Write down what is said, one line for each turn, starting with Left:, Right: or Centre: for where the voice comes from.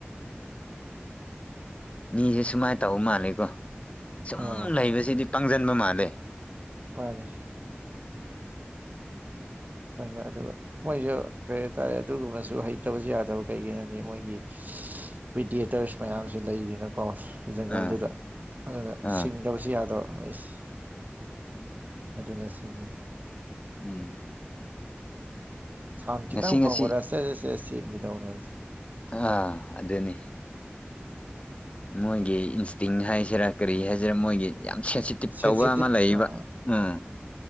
Left: ꯃꯤꯁꯦ ꯁꯨꯃꯥꯏꯟ ꯇꯧꯕ ꯃꯥꯜꯂꯦꯀꯣ ꯁꯨꯝ
Right: ꯑꯥꯎ
Left: ꯂꯩꯕꯁꯤꯗꯤ ꯄꯥꯡꯖꯟꯕ ꯃꯥꯜꯂꯦ
Right: ꯃꯥꯅꯦ ꯍꯣꯏꯅ ꯑꯗꯨꯒ ꯃꯣꯏꯁꯨ ꯀꯩ ꯍꯥꯏꯇꯥꯔꯦ ꯑꯗꯨꯒꯨꯝꯕꯁꯨ ꯍꯩꯇꯕꯁꯨ ꯌꯥꯗꯕ ꯀꯩꯒꯤ ꯍꯥꯏꯗꯤ ꯃꯣꯏꯒꯤ <unintelligible> ꯄ꯭ꯔꯤꯗꯤꯌꯦꯇꯔꯁ ꯃꯌꯥꯝꯁꯨ ꯂꯩꯗꯅꯀꯣ ꯖꯪꯒꯜꯗꯨꯗ
Left: ꯑꯥ
Right: ꯑꯗꯨꯅ
Left: ꯑꯥ
Right: ꯁꯤꯡꯗꯕꯁꯨ ꯌꯥꯗꯕ ꯃꯣꯏꯁ ꯍꯗꯨꯅ ꯁꯨꯅꯤ
Left: ꯎꯝ
Right: ꯁꯥꯎꯟ
Left: ꯉꯁꯤ
Right: ꯈꯤꯇꯪ
Left: ꯉꯁꯤ
Right: ꯐꯪꯕꯔ ꯁꯦ ꯁꯦ ꯁꯦ ꯆꯦꯟꯒꯤꯗꯧ ꯅꯣꯏꯁꯦ
Left: ꯑ ꯑꯗꯨꯅꯤ ꯃꯣꯏꯒꯤ ꯏꯟꯁꯇꯤꯡ ꯍꯥꯏꯁꯤꯔꯥ ꯀꯔꯤ ꯍꯥꯏꯁꯤꯔꯥ ꯃꯣꯏꯒꯤ ꯌꯥꯝ ꯁꯦꯟꯁꯤꯇꯤꯞ
Right: ꯁꯦꯟꯁꯤꯇꯤꯞ
Left: ꯇꯧꯕ ꯑꯃ ꯂꯩꯌꯦꯕ
Right: ꯑꯥ
Left: ꯎꯝ